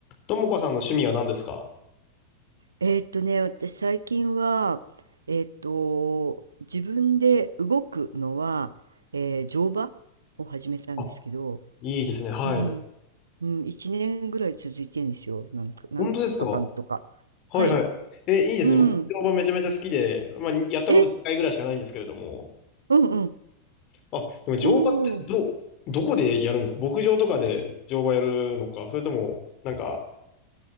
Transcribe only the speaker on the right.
えーっとね、私最近は、えーっと、自分で動くのは、えー乗馬を始めたんですけど、
うん、うん、1年ぐらい続いてんですよ。なんか、なんとかかんとか。
はい。
うん。
え、うんうん。
おお。